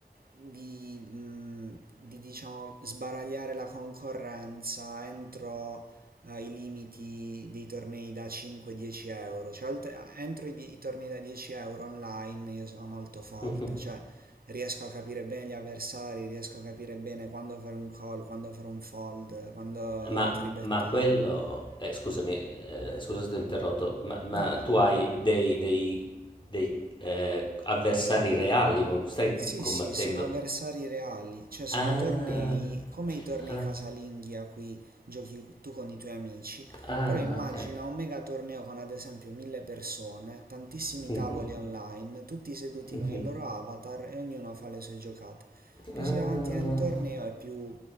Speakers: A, on the right; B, on the left.
A: di, mm, di, diciamo, sbaragliare la concorrenza entro eh, i limiti dei tornei da 5-10 euro. Cioè, oltre- entro i, di- i tornei da 10 euro online io sono molto forte,
B: <laughs>
A: cioè riesco a capire bene gli avversari, riesco a capire bene quando fare un call, quando fare un fold, quando
B: Ma
A: tribettare.
B: ma quello eh, scusami, ehm, scusa se ti ho interrotto, ma ma
A: No, no.
B: tu hai dei dei dei, ehm, avversari reali, non stai
A: Sì,
B: combattendo
A: sì, sono avversari reali, cioè sono
B: ah,
A: tornei come i tornei
B: ah,
A: casalinghi a cui giochi tu con i tuoi amici,
B: ah,
A: però immagina
B: okay.
A: un mega torneo con ad esempio mille persone, tantissimi
B: <laughs> Mh-mh,
A: tavoli online, tutti seduti
B: mh-mh.
A: con il loro avatar e ognuno fa le sue giocate. Più
B: Ah,
A: si va avanti nel torneo e più